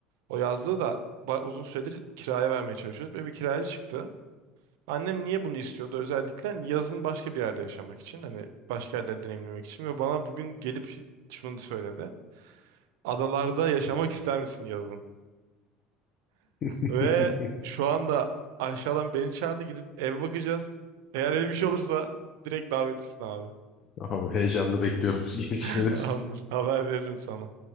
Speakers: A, on the right; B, on the left.
A: O yazlığı da ba- uzun süredir kiraya vermeye çalışıyoruz ve bir kiracı çıktı. Annem niye bunu istiyordu? Özellikle hani yazın başka bir yerde yaşamak için, hani başka yerleri deneyimlemek için ve bana bugün gelip ş- şunu söyledi. Adalarda yaşamak ister misin yazın?
B: <laughs>
A: Ve şu anda aşağıdan beni çağırdı gidip ev bakacağız. Eğer ev bir şey olursa direkt davetlisin abi.
B: Abi heyecanla bekliyorum <laughs> gelişmeleri.
A: <laughs> Tamamdır. Haber veririm sana.